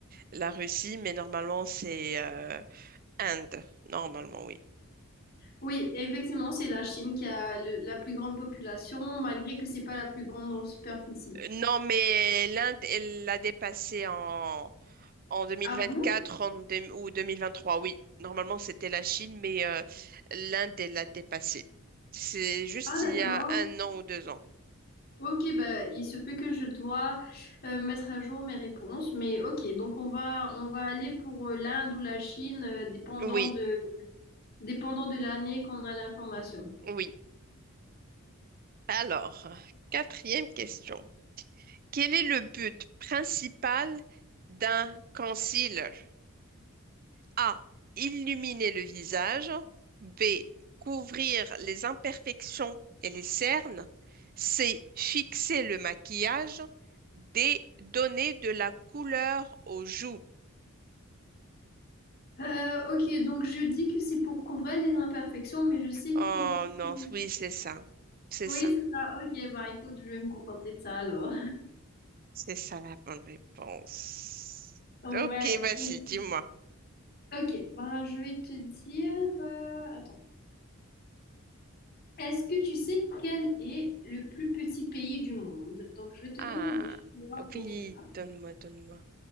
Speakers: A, on the right; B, on the left.
A: la Russie, mais normalement c'est euh, Inde, normalement, oui.
B: Oui, effectivement, c'est la Chine qui a le- la plus grande population, malgré que c'est pas la plus grande en superficie.
A: Non, mais l'Inde, elle l'a dépassé en, en 2024
B: Ah bon?
A: en deux- ou 2023, oui. Normalement, c'était la Chine, mais euh, l'Inde, elle l'a dépassé. C'est juste
B: Ah d'accord.
A: il y a un an ou deux ans.
B: Ok, bah, il se peut que je dois euh, mettre à jour mes réponses, mais ok, donc on va, on va aller pour euh, l'Inde ou la Chine, euh, dépendant
A: Oui,
B: de, dépendant de l'année qu'on a l'information.
A: oui. Alors, quatrième question. Quel est le but principal d'un concile? A. Illuminer le visage. B. Couvrir les imperfections et les cernes. C. Fixer le maquillage. D. Donner de la couleur aux joues.
B: Euh, ok, donc je dis que c'est pour couvrir les imperfections, mais je sais
A: Oh
B: que le...
A: non, oui, c'est ça. C'est
B: Oui,
A: ça.
B: c'est ça, ok, bah écoute, je vais me contenter de ça alors.
A: C'est ça la bonne réponse.
B: <laughs> Ouais,
A: Ok, vas-y,
B: donc,
A: dis-moi.
B: ok, bah je vais te dire... euh, Attends. Est-ce que tu sais quel est le plus petit pays du monde? Donc, je vais te
A: Ah,
B: donner des choix pour
A: oui,
B: cela.
A: donne-moi, donne-moi.